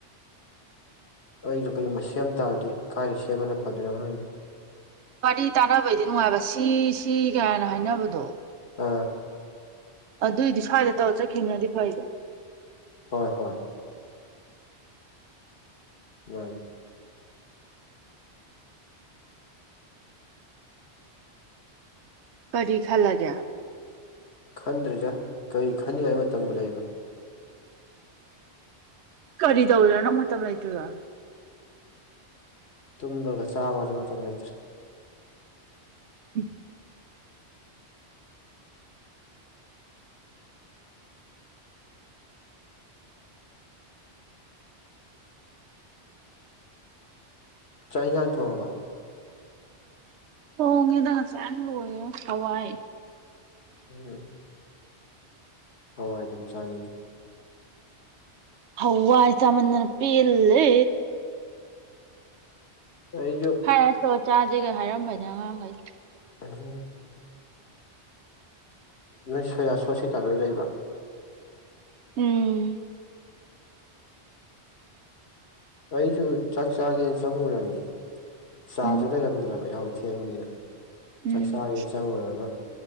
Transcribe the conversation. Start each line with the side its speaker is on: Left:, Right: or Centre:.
Left: ꯑꯩꯗꯣ ꯀꯩꯒꯨꯝꯕ ꯁꯦꯝ ꯇꯥꯔꯗꯤ ꯀꯥꯏꯗ ꯁꯦꯝꯕꯅ ꯐꯗꯣꯏꯅꯣ ꯍꯪꯗꯦ
Right: ꯋꯥꯔꯤ ꯇꯥꯅꯕꯩꯗꯤ ꯅꯨꯡꯉꯥꯏꯕ ꯁꯤ ꯁꯤ ꯀꯥꯏꯅ ꯍꯥꯏꯅꯕꯗꯣ
Left: ꯑꯥ
Right: ꯑꯗꯨꯏꯗꯤ ꯁ꯭ꯋꯥꯏꯗ ꯇꯧꯔ ꯆꯈꯤꯕꯅꯗꯤ ꯐꯩꯕꯣ
Left: ꯍꯣꯏ ꯍꯣꯏ <unintelligible>
Right: ꯀꯔꯤ ꯈꯂꯒꯦ
Left: ꯈꯟꯗ꯭ꯔꯤꯗ ꯀꯔꯤ ꯈꯟꯅꯤꯡꯉꯥꯏ ꯃꯇꯝꯕꯨ ꯂꯩꯕ
Right: ꯀꯔꯤ ꯇꯧꯔꯅꯣ ꯃꯇꯝ ꯂꯩꯇ꯭ꯔꯤꯒ
Left: ꯇꯨꯝꯕꯒ ꯆꯥꯕꯗ ꯃꯇꯝ ꯂꯩꯇ꯭ꯔꯦ
Right: ꯎꯝ
Left: ꯆꯥꯛ ꯏꯟꯁꯥꯡ ꯊꯣꯡꯉꯕ
Right: ꯍꯣꯡꯉꯦꯗ ꯍꯁꯥꯏꯅ ꯂ ꯍꯋꯥꯏ
Left: ꯎꯝ ꯍꯋꯥꯏ ꯑꯗꯨꯝ ꯆꯥꯈꯤꯅꯤ
Right: ꯍꯋꯥꯏ ꯆꯥꯃꯟꯅꯄꯤꯂꯦ
Left: ꯑꯩꯖꯣ
Right: ꯈꯥꯏ ꯑꯁꯇꯣ ꯆꯥꯁꯤꯦꯒ ꯍꯥꯏꯔꯝꯕꯅꯦ ꯑꯉꯥꯡꯈꯩ
Left: <unintelligible> ꯅꯣꯏ ꯁꯣꯌꯥꯁ ꯍꯣꯁꯄꯤꯇꯥꯜ ꯂꯣꯏ ꯂꯩꯕ꯭ꯔꯥ
Right: ꯎꯝ
Left: ꯑꯩꯁꯨ ꯆꯥꯛ ꯆꯥꯒꯦꯅ ꯆꯪꯉꯨꯨꯔꯅꯤ ꯆꯥꯁꯨ
Right: ꯎꯝ
Left: ꯂꯩꯔꯝꯗ꯭ꯔꯕ ꯌꯥꯍꯎ ꯊꯦꯡꯕꯅꯤꯅ
Right: ꯎꯝ
Left: ꯆꯥꯛ ꯆꯥꯥꯒ‌ꯦ ꯆꯪꯉꯨꯔꯒ